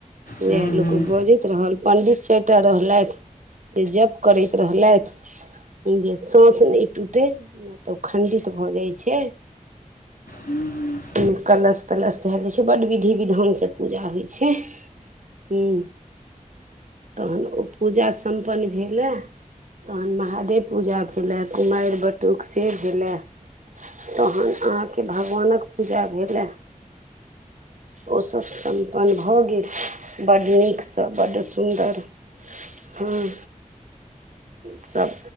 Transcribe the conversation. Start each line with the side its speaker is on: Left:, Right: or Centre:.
Left: हूँ
Right: उएह लोक
Left: हूँ
Right: बजैत रहल पण्डित चार टा रह लैथ से जप करैत रहलैथ जे साँस नय टूटै नय तऽ ओ खण्डित भऽ जाइ छै
Left: हूँ हू <inaudible>
Right: ओहिमे कलश तलश धयल जाइ छै बड्ड विधि विधानसँ पूजा होइ छै ह्म तहन ओ पूजा सम्पन्न भेलए तहन महादेव पूजा भेलै कुमैर बटुक से भेलै तहन अहाँके भगवानक पूजा भेलै ओसभ सम्पन्न भऽ गेल बड्ड नीकसँ बड्ड सुन्दर हँ सभ